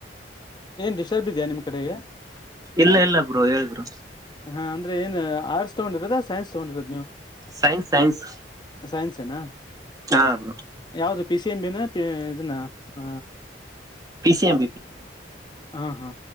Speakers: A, on the left; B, on the right.
A: ಡಿಸ್ಟರ್ಬ್ ಇದೆಯಾ ನಿಮ್ ಕಡೆಗೆ
B: ಇಲ್ಲ ಇಲ್ಲ ಬ್ರೋ ಹೇಳಿ ಬ್ರೋ
A: ಹಾ ಅಂದ್ರ ಏನ್ ಆರ್ಟ್ಸ್ ತೊಗೊಂಡಿರದಾ ಸೈನ್ಸ್ ತಗೊಂಡಿರೋದ್ ನೀವು
B: ಸೈನ್ಸ್ ಸೈನ್ಸ್
A: ಸೈನ್ಸ ಏನಾ
B: ಹಾ ಬ್ರೋ
A: ಯಾವ್ದ ಪಿ ಸಿ ಎಂ ಬಿ ನ ಇದನ್ನ ಹ
B: ಪಿ ಸಿ ಎಂ
A: ಹ ಹಾ